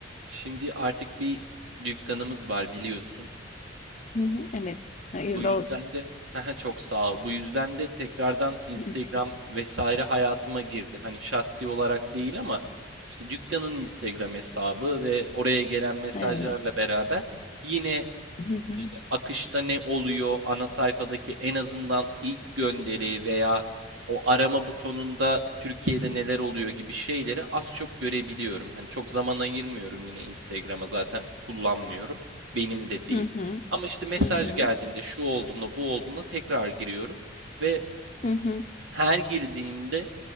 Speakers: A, on the right; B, on the left.
A: Şimdi artık bir dükkanımız var biliyorsun.
B: Hı hı, evet. Hayırlı
A: Bu yüzden
B: olsun.
A: de <laughs> çok sağ ol. Bu yüzden de tekrardan Instagram
B: <laughs>
A: vesaire hayatıma girdi. Hani şahsi olarak değil ama işte dükkanın Instagram hesabı ve oraya gelen mesajlarla
B: Evet.
A: beraber yine
B: Hı hı.
A: işte akışta ne oluyor, ana sayfadaki en azından ilk gönderi veya o arama butonunda Türkiye'de neler oluyor gibi şeyleri az çok görebiliyorum. Hani çok zaman ayırmıyorum yine Instagram'a zaten kullanmıyorum. Benim de değil.
B: Hı hı.
A: Ama işte mesaj
B: Hı hı.
A: geldiğinde şu olduğunda bu olduğunda tekrar giriyorum ve
B: Hı hı.
A: her girdiğimde